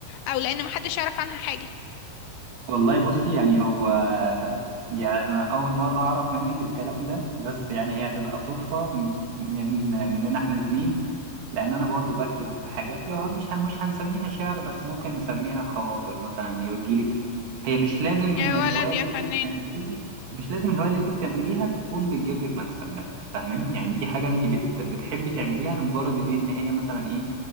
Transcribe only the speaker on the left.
او لان محدش يعرف عنها حاجة
يا
ولد
يا
فنان